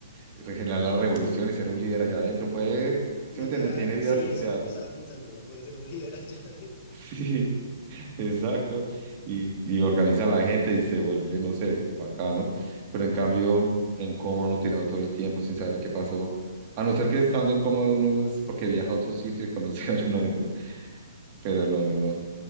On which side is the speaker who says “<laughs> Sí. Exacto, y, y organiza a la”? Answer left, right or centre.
Right